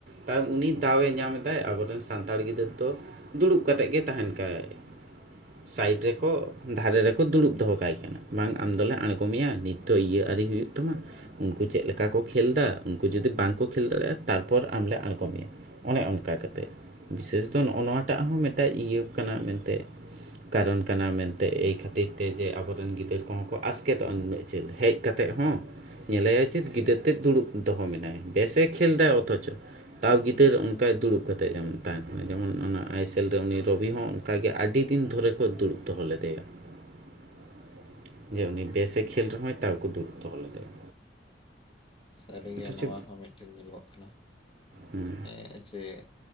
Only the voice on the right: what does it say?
ᱛᱟᱣ ᱩᱱᱤ ᱫᱟᱣ ᱮ ᱧᱟᱢ ᱮᱟᱭ ᱟᱵᱚ᱾ ᱟᱵᱚ ᱨᱮᱱ ᱥᱟᱱᱛᱟᱲ ᱜᱤᱫᱟᱹᱨ ᱫᱚ ᱫᱩᱲᱩᱵ ᱠᱟᱛᱮᱜ ᱜᱮ ᱛᱟᱦᱮᱱ ᱠᱟᱭ ᱥᱟᱭᱤᱰ ᱨᱮᱠᱚ ᱫᱷᱟᱨᱮ ᱨᱮᱠᱚ ᱫᱩᱲᱩᱵ ᱫᱚᱦᱚ ᱠᱟᱭ ᱠᱟᱱᱟ, ᱵᱟᱝ ᱟᱢ ᱫᱚᱞᱮ ᱟᱬᱜᱚᱢᱮᱭᱟ ᱱᱤᱛ ᱛᱚ ᱤᱭᱟᱹ ᱟᱹᱣᱨᱤ ᱦᱩᱭᱩᱜ ᱛᱟᱢᱟ᱾ ᱩᱱᱠᱩ ᱪᱮᱫ ᱞᱮᱠᱟ ᱠᱚ ᱠᱷᱮᱞ ᱫᱟ, ᱩᱱᱠᱩ ᱡᱩᱫᱤ ᱵᱟᱝᱠᱚ ᱠᱷᱮᱞ ᱫᱟᱲᱮᱭᱟᱜᱼᱟ ᱛᱟᱨᱯᱚᱨ ᱟᱢᱞᱮ ᱟᱬᱜᱚ ᱢᱮᱭᱟ᱾ ᱚᱱᱮ ᱚᱱᱠᱟ ᱠᱟᱛᱮᱫ, ᱵᱤᱥᱮᱥ ᱫᱚ ᱱᱚᱜᱼᱚ ᱱᱚᱣᱟᱴᱟᱜ ᱦᱚᱸ ᱢᱤᱫᱴᱟᱜ ᱤᱭᱟᱹ ᱠᱟᱱᱟ ᱢᱮᱱᱛᱮ ᱠᱟᱨᱚᱱ ᱠᱟᱱᱟ ᱢᱮᱱᱛᱮ ᱮᱭ ᱠᱷᱟᱹᱛᱤᱨ ᱛᱮ ᱡᱮ ᱟᱵᱚᱨᱮᱱ ᱜᱤᱫᱟᱹᱨ ᱠᱚᱦᱚᱸ ᱠᱚ ᱟᱥᱠᱮᱛᱚᱜ-ᱟ᱾ ᱪᱮᱫ ᱦᱮᱡ ᱠᱟᱛᱮᱫ ᱦᱚᱸ᱾ ᱧᱮᱞᱮᱟᱭ ᱪᱮᱫ ᱜᱤᱫᱟᱹᱨ ᱛᱮᱫ ᱫᱩᱲᱩᱵ ᱫᱚᱦᱚ ᱢᱮᱱᱟᱭᱟ, ᱵᱮᱥᱮ ᱠᱷᱮᱞ ᱫᱟ ᱚᱛᱷᱚᱪᱚ ᱛᱟᱣ ᱜᱤᱫᱟᱹᱨ ᱚᱱᱠᱟᱭ ᱫᱩᱲᱩᱵ ᱠᱟᱛᱮ ᱮᱢ ᱛᱟᱦᱮ ᱠᱟᱱᱟ ᱡᱮᱢᱚᱱ ᱚᱱᱟ ᱟᱭ ᱮᱥ ᱮᱞ ᱨᱮ ᱩᱱᱤ ᱨᱚᱵᱤ ᱦᱚᱸ ᱚᱱᱠᱟᱜᱮ ᱟᱹᱰᱤ ᱫᱤᱱ ᱫᱷᱚᱨᱮ ᱠᱚ ᱫᱩᱲᱩᱵ ᱫᱚᱦᱚ ᱞᱮᱫᱮᱭᱟ᱾ <inaudible> ᱡᱮ ᱩᱱᱤ
ᱵᱮᱥᱮ ᱠᱷᱮᱞ ᱨᱮᱦᱚᱸᱭ ᱛᱟᱣᱠᱚ ᱫᱩᱲᱩᱵ ᱫᱚᱦᱚ ᱞᱮᱫᱮᱭᱟ᱾
ᱚᱛᱷᱚᱪᱚ
ᱦᱮᱸ᱾